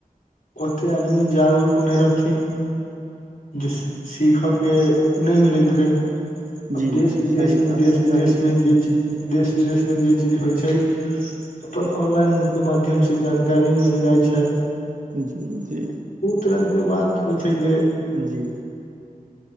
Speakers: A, on the left (about 70°); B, on the right (about 60°).
A: ओतय आदमी जागरुक नै रहथिन।। जे सीखा के नै मिलैत रहै
B: जी
A: अब देश-विदेश
B: जी सही
A: मे
B: कहलियै
A: देश-विदेश
B: सही
A: मे
B: कहलियै
A: जे चीज देश-विदेश में जे चीज होय छै अपन ऑनलाइन के माध्यम से जानकारी मिल जाय छै।
B: जी-जी।
A: तुरंते बात होय छै जे
B: जी।